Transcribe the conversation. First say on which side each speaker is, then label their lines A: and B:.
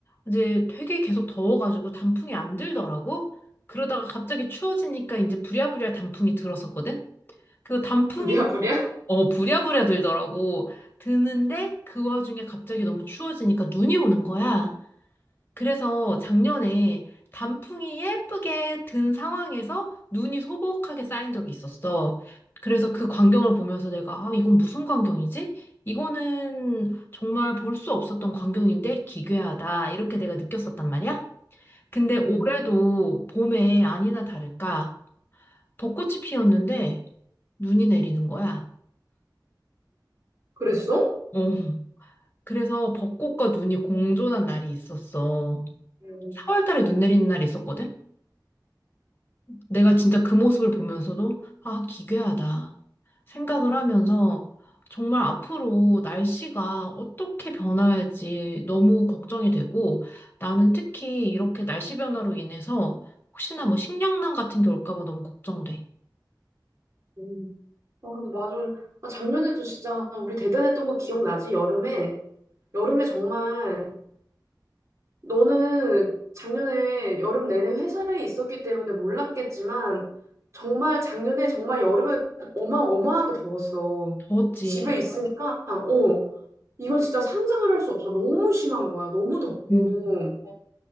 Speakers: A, on the left (about 25°); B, on the right (about 40°).
A: 이제 되게 계속 더워가지고 단풍이 안 들더라고. 그러다가 갑자기 추워지니까 이제 부랴부랴 단풍이 들었었거든. 그 단풍이,
B: 무리야무리야?
A: 어, 부랴부랴 들더라고. 드는데 그 와중에 갑자기 너무 추워지니까 눈이 오는 거야. 그래서 작년에 단풍이 예쁘게 든 상황에서 눈이 소복하게 쌓인 적이 있었어. 그래서 그 광경을 보면서 내가, 아, 이건 무슨 광경이지? 이거는 정말 볼 수 없었던 광경인데 기괴하다. 이렇게 내가 느꼈었단 말이야. 근데 올해도
B: 음.
A: 봄에 아니나 다를까 벚꽃이 피었는데 눈이 내리는 거야.
B: 그랬어?
A: 어. 그래서 벚꽃과 눈이 공존한 날이 있었어.
B: 음.
A: 4월달에 눈 내리는 날이 있었거든. 내가 진짜 그 모습을 보면서도, 아, 기괴하다. 생각을 하면서 정말 앞으로 날씨가 어떻게 변할지 너무 걱정이 되고 나는 특히 이렇게 날씨 변화로 인해서 혹시나 뭐 식량난 같은 게 올까 봐 너무 걱정돼.
B: 음. 아, 근데 맞아. 아, 작년에도 진짜 우리 대단했던 거 기억나지? 여름에. 여름에 정말 너는 작년에 여름 내내 회사에 있었기 때문에 몰랐겠지만 정말 작년에 정말 여름에 어마어마하게 더웠어.
A: 더웠지.
B: 집에 있으니까 어, 이건 진짜 상상을 할 수 없어. 너무 심한 거야. 너무 덥고.
A: 음,